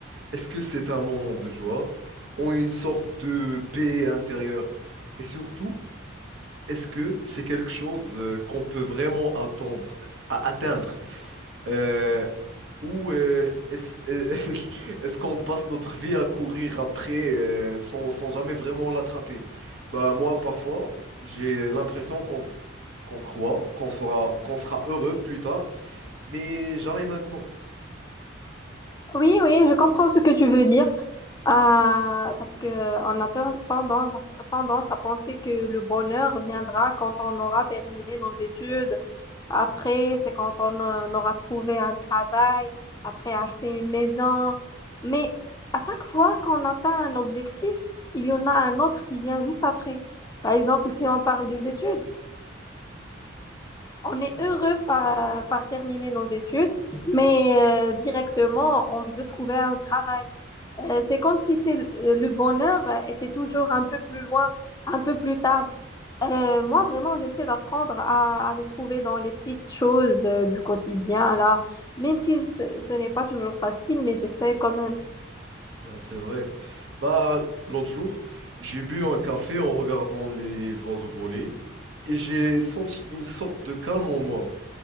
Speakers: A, on the right; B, on the left.
A: Est-ce que c'est un moment de joie ou une sorte de paix intérieure? Et surtout, est-ce que c'est quelque chose euh, qu'on peut vraiment attendre, à- atteindre? Euh, ou euh, est-ce <laughs> est-ce qu'on passe notre vie à courir après euh, sans, sans jamais vraiment l'attraper? Bah, moi, parfois, j'ai l'impression qu'on qu'on croit, qu'on sera, qu'on sera heureux plus tard, mais jamais maintenant.
B: Oui, oui, je comprends ce que tu veux dire. Ah, parce que on a ten- tendance à, tendance à penser que le bonheur viendra quand on aura terminé nos études. Après, c'est quand on, euh, on aura trouvé un travail, après acheter une maison. Mais à chaque fois qu'on atteint un objectif, il y en a un autre qui vient juste après. Par exemple, si on parle des études, on est heureux par, par terminer nos études, mais euh, directement, on veut trouver un travail. Euh, c'est comme si c'est l- euh, le bonheur euh, était toujours un peu plus loin, un peu plus tard. Euh, moi, vraiment, j'essaie d'apprendre à, à le trouver dans les petites choses euh, du quotidien, là, même si ce, ce n'est pas toujours facile, mais j'essaie quand même.
A: Bah, c'est vrai. Bah, l'autre jour, j'ai bu un café en regardant les oiseaux voler et j'ai senti une sorte de calme en moi.